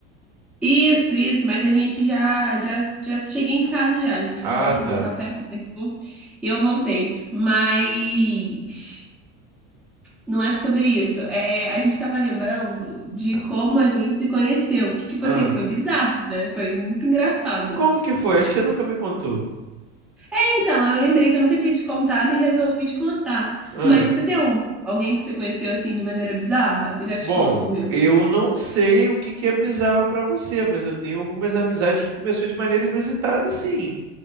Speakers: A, in the centre; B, on the right.
A: Isso, isso, mas a gente já, já, já cheguei em casa já. A gente
B: Ah,
A: foi lá, tomou
B: tá.
A: um café, conversou e eu voltei. Mas não é sobre isso. É, a gente tava lembrando de
B: Ah.
A: como a gente se conheceu. Que, tipo
B: ah.
A: assim, foi bizarro, né? Foi muito engraçado.
B: Como que foi? Acho que você nunca me contou.
A: Então, eu lembrei que eu nunca tinha te contado e resolvi te contar.
B: Ah.
A: Mas você tem um, alguém que você conheceu assim de maneira bizarra? Eu já te
B: Bom,
A: conto o meu.
B: eu não sei o que que é bizarro pra você, mas eu tenho algumas amizades que começou de maneira inusitada, sim.